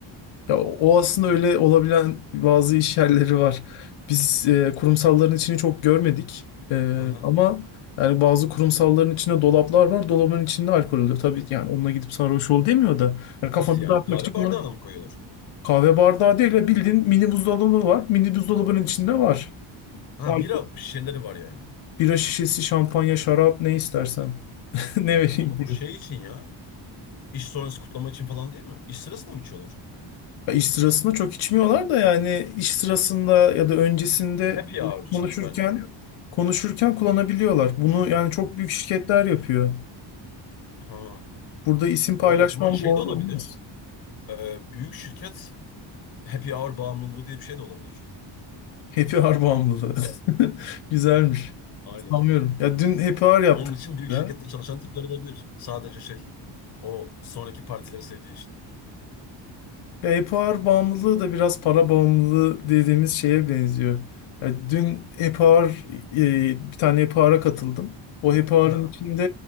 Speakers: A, on the left; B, on the left.
A: Ya o aslında öyle olabilen bazı iş yerleri var. Biz e, kurumsalların içini çok görmedik. E,
B: Aha.
A: ama yani bazı kurumsalların içinde dolaplar var. Dolabın içinde alkol oluyor. Tabii yani onunla gidip sarhoş ol demiyor da. Yani kafanı
B: Nasıl yani?
A: dağıtmak
B: Kahve
A: için kullan-
B: bardağına mı koyuyorlar?
A: kahve bardağı değil de bildiğin mini buzdolabı var. Mini buzdolabının içinde var.
B: Ha
A: Alkol,
B: bira şişeleri var yani.
A: Bira şişesi, şampanya, şarap ne istersen. <laughs> Ne vereyim
B: Ama
A: diye.
B: o şey için ya. İş sonrası kutlama için falan değil mi? İş sırasında mı içiyorlar?
A: Ya İş sırasında çok içmiyorlar da yani iş sırasında ya da öncesinde
B: Happy hour için
A: konuşurken
B: bence o.
A: konuşurken kullanabiliyorlar. Bunu yani çok büyük şirketler yapıyor.
B: Ha.
A: Burada isim paylaşmam
B: O, o zaman şey
A: doğru
B: de olabilir.
A: olmaz.
B: Ee, büyük şirket happy hour bağımlılığı diye bir şey de olabilir.
A: Happy Hour bağımlılığı. <laughs> Güzelmiş.
B: Aynen.
A: Sanmıyorum. Ya dün Happy Hour yaptık.
B: Onun için büyük
A: Ya.
B: şirkette çalışan tipler olabilir. Sadece şey. O sonraki partileri sevdiği için.
A: Ya e-power bağımlılığı da biraz para bağımlılığı dediğimiz şeye benziyor. Ya dün e-power e, bir tane e-power'a katıldım. O e-power'ın
B: Ha.
A: içinde